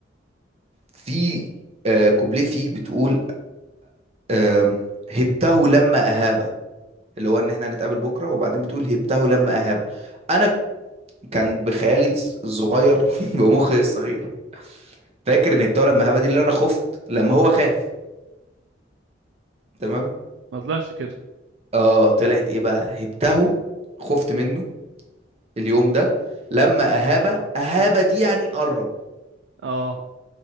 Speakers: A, on the right; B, on the right.
A: في آه كوبليه فيه بتقول آه هبته لما اهابه اللي هو ان احنا هنتقابل بكره وبعدين بتقول هبته لما اهابه انا كان بخيالي الز- الصغير <laughs> بمخي الصغير فاكر ان هبته لما اهابه دي اللي انا خفت لما هو خاف تمام
B: ما طلعش كده
A: اه طلعت ايه بقى هبته خفت منه اليوم ده لما اهابه اهابه دي يعني قرب
B: اه